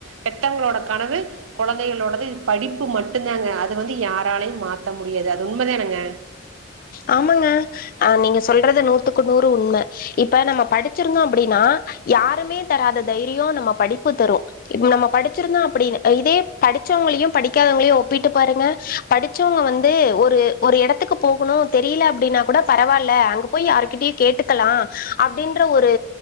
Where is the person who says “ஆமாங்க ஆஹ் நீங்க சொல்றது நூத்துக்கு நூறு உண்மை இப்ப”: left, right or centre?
Left